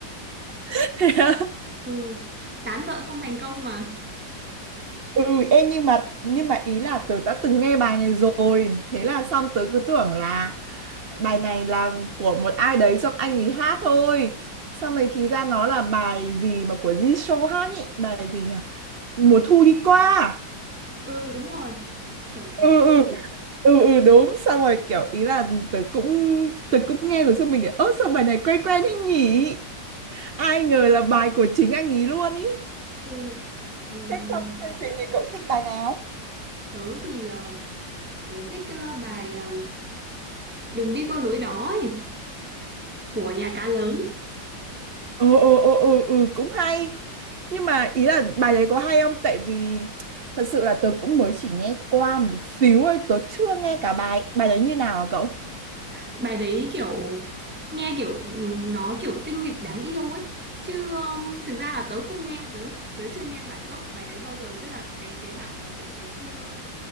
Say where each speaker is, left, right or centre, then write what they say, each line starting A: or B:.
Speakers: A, on the right; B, in the centre.
A: <laughs>
B: từ tán vợ không thành công mà.
A: ừ em nhưng mà nhưng mà ý là tớ đã từng nghe bài này rồi thế là xong tớ cứ tưởng là bài này là của một ai đấy xong anh ấy hát thôi xong rồi thì ra nó là bài gì mà của Jisoo hát nhỉ bài gì nhỉ mùa thu đi qua à?
B: ừ đúng rồi chuẩn chuẩn
A: ừ ừ ừ ừ đúng xong rồi kiểu ý là tớ cũng tớ cũng nghe rồi xong mình để ớt sao bài này quen quen thế nhỉ ai ngờ là bài của chính anh ý luôn ý
B: ừ Ừm,
A: thế xong chương trình thì cậu thích bài nào
B: Tớ thì ờ, tớ thích ờ, bài ờ, Đừng đi qua lối đó ấy của nhà cá lớn.
A: ừ ừ ừ ừ ừ, cũng hay nhưng mà ý là bài đấy có hay không tại vì thật sự là tớ cũng mới chỉ nghe qua một xíu thôi tớ chưa nghe cả bài bài đấy như nào à cậu
B: bài đấy kiểu nghe kiểu ừm, nó kiểu tinh nghịch đáng yêu ấy chứ ừm, thực ra là tớ không nghe tớ tớ chưa nghe bản gốc bài đấy bao giờ tức là cái cái bản mà kiểu ngày xưa